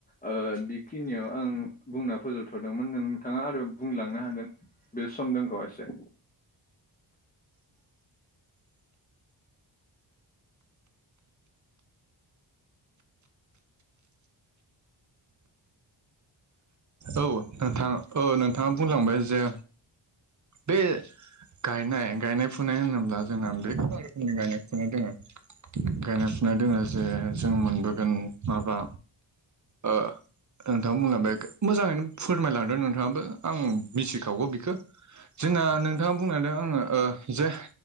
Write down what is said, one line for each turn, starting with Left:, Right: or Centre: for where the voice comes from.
Left: ओ बेखिनियाव आं बुंना फोजोबथ'दोंमोन नोंथाङा आरो बुंलांनो हागोन। बे सम दोंखौ एसे
Right: औ नोंथां औ नोंथाङा बुंलांबाय जे बे गायनाय गायनाय फुनाय होनोब्ला जोंना बे गोबां रोखोमनि गायनाय फुनाय दोङो। गायनाय फुनाय दोङो जे जों मोनबोगोन माबा ओ नोंथां बुंलांबाय मोजाङैनो फुरमायलांदों नोंथाङाबो आं मिथिखागौ बिखो। जोंना नोंथाङा बुंनांदों आङो ओ जे